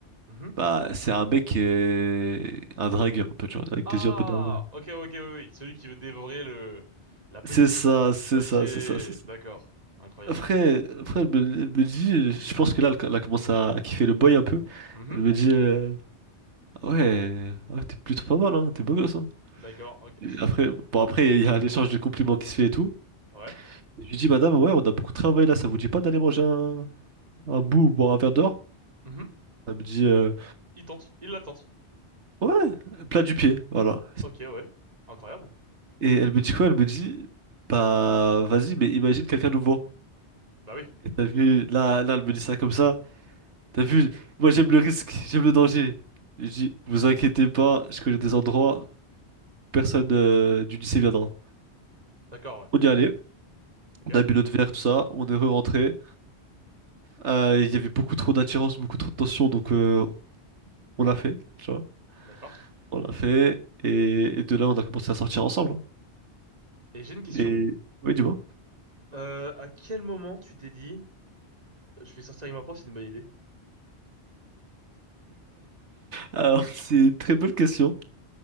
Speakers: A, on the right; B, on the right.
A: Mhm.
B: Bah, c'est un mec, euh, un dragueur un peu, tu vois, avec
A: Ah!
B: des yeux un peu dragueurs.
A: Ok, ok, oui, oui. Celui qui veut dévorer le... la petite.
B: C'est ça, c'est
A: Ok,
B: ça, c'est ça, c'est ça.
A: d'accord. Incroyable.
B: Après, après elle me, elle me dit, je pense que là, elle, elle a commencé à, à kiffer le boy un peu.
A: Mhm.
B: Elle me dit, euh, ouais, ouais, t'es plutôt pas mal, hein, t'es beau gosse, hein.
A: D'accord, ok.
B: Et
A: <laughs>
B: Après, bon, après, il y a l'échange de compliments qui se fait et tout.
A: Ouais.
B: Je lui dis, madame, ouais, on a beaucoup travaillé là, ça vous dit pas d'aller manger un, un bout ou boire un verre dehors?
A: Mhm.
B: Elle me dit, euh,
A: Il tente, il la tente.
B: ouais, plat du pied, voilà.
A: Ok, ouais. Incroyable.
B: Et elle me dit quoi? Elle me dit, bah, vas-y, mais imagine quelqu'un nous voit.
A: Bah oui.
B: Et T'as vu, là, là, elle me dit ça comme ça. T'as vu, moi j'aime le risque, j'aime le danger. Je dis, vous inquiétez pas, je connais des endroits, personne euh, du lycée viendra.
A: D'accord, ouais.
B: On y allait,
A: Ok,
B: on a bu notre verre, tout ça, on est re-rentré. Euh, Il y avait beaucoup trop d'attirance, beaucoup trop de tension, donc euh, on l'a fait, tu vois.
A: d'accord.
B: On l'a fait. Et, et de là, on a commencé à sortir ensemble. hein.
A: Et j'ai une question.
B: Et oui, dis-moi.
A: Euh, à quel moment tu t'es dit, je vais sortir avec ma prof, c'est une bonne idée?
B: Alors, <laughs> c'est une très bonne question.